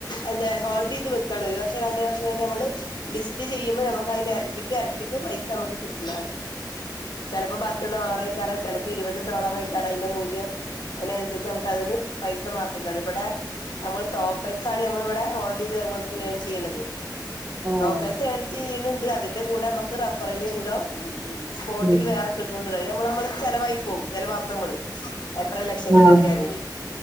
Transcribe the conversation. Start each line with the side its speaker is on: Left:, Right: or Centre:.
Left: എന്താ ഹോൾഡ് ചെയ്ത് വെക്കാണ് ഒരു വർഷം രണ്ട വർഷം നമ്മൾ ലിസ്റ്റ് ചെയ്യ്പോ നമു ര അരട്ടിക്ക് എരട്ടിക്ക് പൈസ നമുക്ക് കിട്ടുന്ന ചിലപ്പോ പത്ത് ഡോളർ ആയിക്കാറൻ ചിലപ്പോ ഇരുപത് ഡോളർ ആയിക്കാറ അതിന്റെ മൂല്യം അതിനനുസരിച്ച് നമുക്ക് അതിന് പൈസ മാത്രല്ല അത് ഇവിടെ നമ്മൾ ടോക്കൺസ ആണ് നമ്മൾ ഇവിടെ ഹോൾഡ് ചെയ്ത് ന ചെയ്യണത്
Right: ആഹ്
Left: ഡോക്കേഴ്സ് എൻ ചെയ്യുന്നുണ്ട് അതിന്റെ കൂടെ നമ്മുക്ക് റഫറൽ ഇകം സ്പോട്ടിൽ
Right: ഉം
Left: വേറെ കിട്ടണ്ടിണ്ട നമ്മള് നമ്മള് ചിലവായി പോകും ചിലവാക്കും നമ്മള് എത്ര ലക്ഷങ്ങൾ
Right: ആഹ്
Left: കിട്ടിയാലും